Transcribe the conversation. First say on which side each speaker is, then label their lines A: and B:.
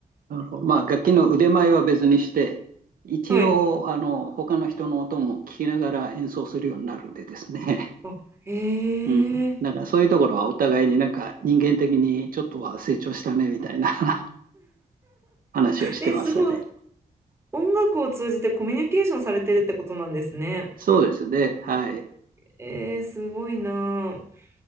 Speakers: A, on the right (about 70°); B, on the right (about 15°).
A: あのまあ、楽器の腕前は別にして、一応あの他の人の音も聞きながら演奏するようになるんでですね、
B: はい。あ、へ
A: <laughs> うん、
B: え。
A: だからそういうところはお互いになんか人間的にちょっとは成長したねみたいな <laughs> 話をしてましたね。
B: え、すごい。音楽を通じてコミュニケーションされてるってことなんですね。
A: そうですね、はい。
B: えーすごいなあ。